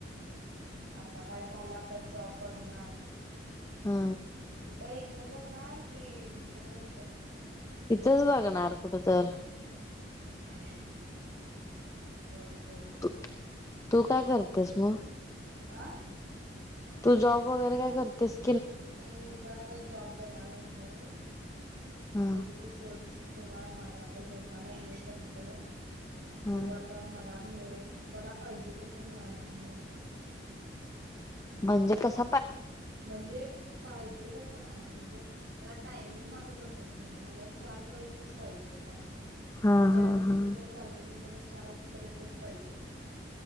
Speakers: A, on the right (about 85°); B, on the left (about 15°).
A: आता काय झालं आता जॉब बघणार
B: हा
A: कुठं इथंच बघणार कि दुसरीकड कुठं
B: इथंच बघणार कुठ तर
A: <unintelligible> बघ बघ
B: तू तू काय करतेस मग?
A: आं
B: तू जॉब वगैरे काय करतेस?
A: नाही मी पण आता जॉब बघाय लागलोय म
B: हा
A: तेच उशोच सुरुय माझा आता हुडकाय लागलोय सगळीकड
B: हा
A: बघू आता मला मिळ मला पाहिजे तसं मिळना मिळालं.
B: म्हणजे कस
A: म्हणजे पाहिजे तसं नाही म्हणजे मला टायमिंग माझं बसत नाहीये मला चार पर्यंतच पाहिजेय टायमिंग.
B: हा
A: त्याच्या
B: हा
A: आधी किती
B: हा
A: पण चालते पण मला चार वाजेपर्यंतच पाहिजेय.